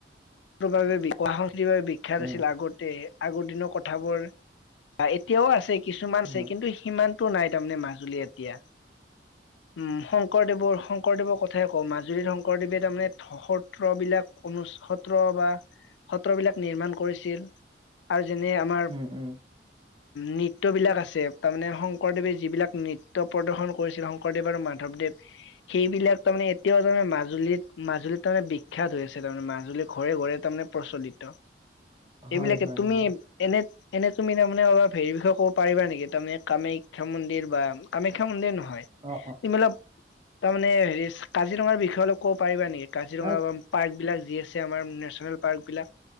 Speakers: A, on the left (about 80°); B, on the right (about 25°).
A: বাবে বিকোৱা সেইবাবে বিখ্যাত
B: উম,
A: আছিলে আগতে। আগৰ দিনৰ কথাবোৰ বা এতিয়াও আছে। কিছুমান
B: উম,
A: আছে কিন্তু সিমান টো নাই তাৰমানে মাজুলী এতিয়া। উম শংকৰদেৱৰ শংকৰদেৱৰ ক কথা কওঁ মাজুলীত শংকৰদেৱে তাৰমানে সত্ৰবিলাক অনু সত্ৰ বা সত্ৰবিলাক নিমাৰ্ণ কৰিছিল আৰু যেনে আমাৰ।
B: উম, উম,
A: নৃত্যবিলাক আছে তাৰমানে শংকৰদেৱে যিবিলাক নৃত্য প্ৰদৰ্শন কৰিছিল শংকৰদেৱ আৰু মাধৱদেৱ সেইবিলাক তাৰমানে এতিয়াও তাৰমানে মাজুলীত মাজুলীত তাৰমানে বিখ্যাত হৈ আছে তাৰমানে মাজুলীত। ঘৰে ঘৰে তাৰমানে প্ৰচলিত।
B: হয়,
A: এইবিলাকে
B: হয়,
A: তুমি
B: হয়।
A: এনে এনে তুমি তাৰমানে অলপ হেৰি বিষয়ে ক'ব পাৰিবা নেকি তাৰমানে কামাখ্যা মন্দিৰ বা কামাখ্যা মন্দিৰ নহয়। হয়
B: অ', অ',
A: এইবিলাক। তাৰমানে হেৰি কাজিৰঙাৰ বিষয়ে অলপ ক'ব পাৰিবা নেকি? কাজিৰঙা
B: তাত
A: পাৰ্ক বিলাক যি আছে নেচনেল পাৰ্ক বিলাক